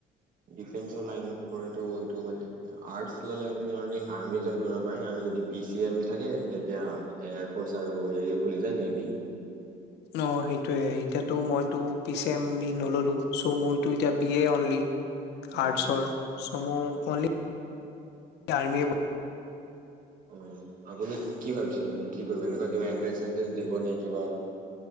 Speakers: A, on the right; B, on the left.
A: ডিফেন্সৰ লাইনত পতো এইটো মানে আৰ্টচ ল'লে আপুনিনি আৰ্মি জইন কৰিব পাৰে আৰু যদি পি চি এম থাকে তেতিয়া এয়াৰফ'ৰ্চ আৰু হেৰিও খুলি যায় নেভি
B: অ সেইটোয়ে এতিয়াতো মইতো পি চি এম বি নললো চ' মইো এতিয়া বি এ অনলি
A: অ
B: আছৰ চমু অ আৰ্মি
A: অ আপুনি কি ভাবিছে মানে কি কৰিব এনেকুৱা কিবা এনট্ৰেঞ্চ চনটে দিব নে কিবা